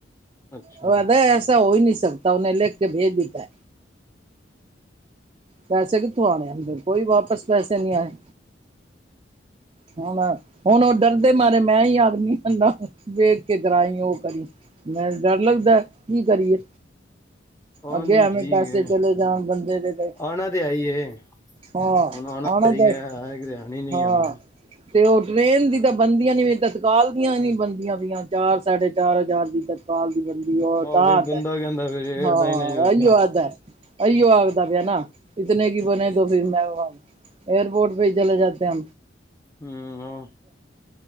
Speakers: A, on the left (about 15°); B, on the right (about 30°).
A: ਅੱਛਾ
B: ਹੋ ਐਸਾ ਹੋ ਹੀ ਨਹੀਂ ਸਕਦਾ, ਉਹਨੇ ਲਿਖ ਕੇ ਭੇਜ ਦਿੱਤਾ। ਪੈਸੇ ਕਿੱਥੋਂ ਆਣੇ ਏ ਕੋਈ ਵਾਪਸ ਪੈਸੇ ਨੀ ਆਣੇ। ਹੁਣ-ਹੁਣ ਉਹ ਡਰਦੇ ਮਾਰੇ ਮੈਂ ਹੀ ਆਦਮੀ ਰ ਕਰਾਈ, ਉਹ ਕਰੀ ਮੈਂ ਡਰ ਲੱਗਦਾ ਕੀ ਕਰੀਏ?
A: ਆਹ
B: ਅੱਗੇ
A: ਨਹੀਂ
B: ਐਵੇਂ
A: ਠੀਕ
B: ਪੈਸੇ
A: ਹੈ
B: ਚਲੇ ਜਾਣ ਬੰਦੇ ਦੇ ਤੇ,
A: ਆਉਣਾ ਤੇ ਆਈ ਹੈ
B: ਹਾਂ,
A: ਹੁਣ ਆਉਣਾ
B: ਆ ਨਾ
A: ਸਹੀ
B: ਜਾਏ
A: ਹੈ ਹੈ ਕਿਤੇ ਹੈ ਨਹੀਂ
B: ਹਾਂ।
A: ਆਉਣਾ
B: ਤੇ ਉਹ ਟ੍ਰਰੇਨ ਦੀ ਤਾਂ ਬਣਦੀਆਂ, ਨੀ ਤਤਕਾਲ ਦੀਆਂ ਨੀ ਬਣਦੀਆਂ ਪੀਆਂ। ਚਾਰ ਸਾਢੇ ਚਾਰ ਹਜ਼ਾਰ ਦੀ ਤੱਕ ਦੀ ਬੰਦੀ ਉਹ
A: ਆਹ
B: ਤਾਂ
A: ਫਿਰ ਬੰਦਾ ਕਹਿੰਦਾ ਫਿਰ ਏਅਰਲਾਈਨ
B: ਹਾਂ
A: ਜੋ ਆਪਣਾ
B: ਆਹੀਅ ਆਦਾ। ਅਈਓ ਆਖਦਾ ਪਿਆ, ਨਾ ਇਤਨੇ ਕੀ ਬਣੇ ਤੋ ਫਿਰ ਮੈਂਨ ਏਅਰਪੋਰਟ ਪੇ ਹੀ ਚਲੇ ਜਾਤੇ ਹਾਂ।
A: ਹਮ ਆਹ